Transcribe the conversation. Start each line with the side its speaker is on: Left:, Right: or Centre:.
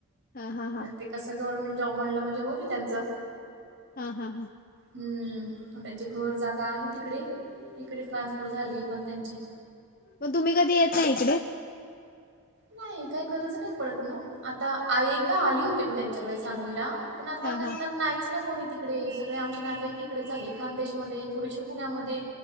Left: हा हा हा
Right: आणि ते, कस गव्हर्नमेंट जॉब म्हणलं म्हणजे होत त्यांचं
Left: हा हा हा...
Right: हम्म. त्यांची घर जागा आहे तिकडे, इकडे ट्रान्सफर झाली आहे पण त्यांची.
Left: मग तुम्ही कधी येत नाही इकडे?
Right: नाही. काही गरज नाही पडत ना, आता एकदा आली होती मी त्यांच्याकडे सांगलीला. पण आता
Left: हा
Right: नंतर
Left: हा
Right: नाहीच ना कोणी तिकडे, सगळे आमचे नातेवाईक इकडेच आहे खानदेश मधे थोडेसे पुण्यामधे,